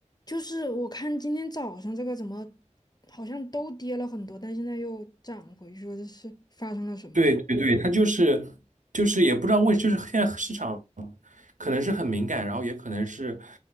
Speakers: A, on the left; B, on the right.
A: 就是我看今天早上这个怎么好像都跌了很多，但现在又涨回去了，这是发生了什么呀？
B: 对对对，它就是就是也不知道为，就是现在市场可能是很敏感，然后也可能是